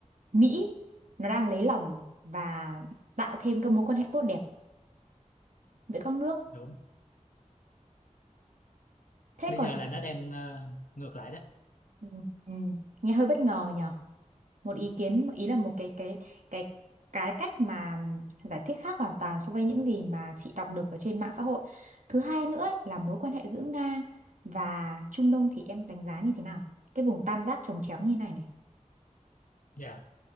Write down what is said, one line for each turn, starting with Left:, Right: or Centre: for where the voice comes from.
Right: Mỹ nó đang lấy lòng và tạo thêm các mối quan hệ tốt đẹp giữa các nước
Left: đúng
Right: thế
Left: bây
Right: còn
Left: giờ là nó đang ờ, ngược lại đó
Right: ừ, ừ, nghe hơi bất ngờ nhỉ một ý kiến ý là một cái cái cái cái cách mà giải thích khác hoàn toàn so với những gì mà chị đọc được ở trên mạng xã hội. Thứ hai nữa ấy, là mối quan hệ giữa Nga và Trung Đông thì em đánh giá như thế nào? Cái vùng tam giác chồng chéo như này này.
Left: dạ